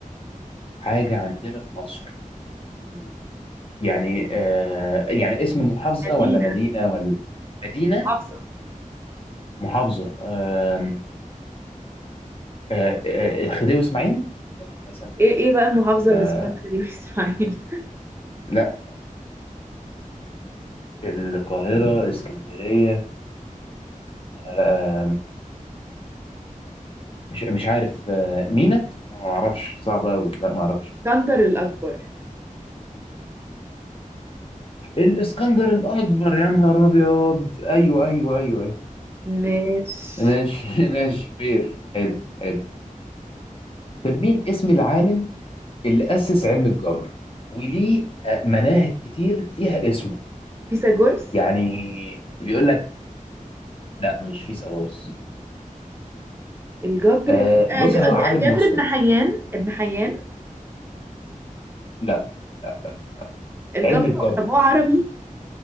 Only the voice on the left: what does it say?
حاجه عندنا في مصر
يعني آه يعني اسم محافظه
ولا مدينه ولا مدينه
محافظه آم، آه آه الخديوي اسماعيل ده ممكن مثلا
ولا
لا القاهره اسكندريه لا آم، مش مش عارف آه مينا ما اعرفش صعب قوي لا ما اعرفش
الاسكندر الاكبر يا نهار ابيض ايوه ايوه ايوه, أيوة.
ماشي <laughs> ماشي فير حلو حلو طب مين اسم العالم اللي أسس علم الجبر وليه آه، مناهج كتير فيها اسمه
يعني بيقول لك لا مش فيثاغورس
آه،
بص
هو عالم
مسلم
لا لا لا
علم الجبر